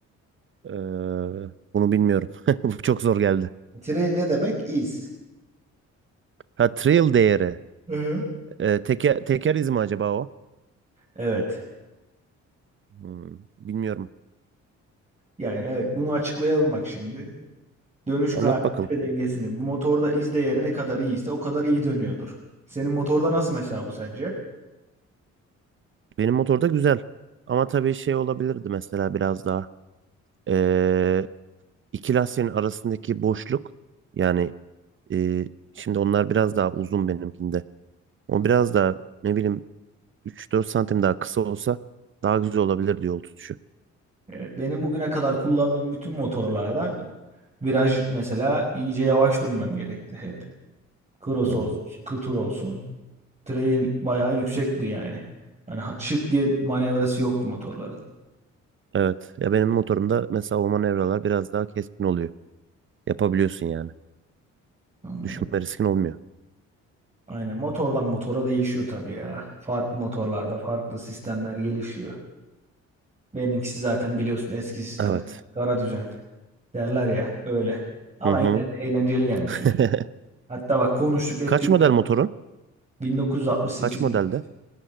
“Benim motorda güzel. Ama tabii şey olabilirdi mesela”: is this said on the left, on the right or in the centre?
Right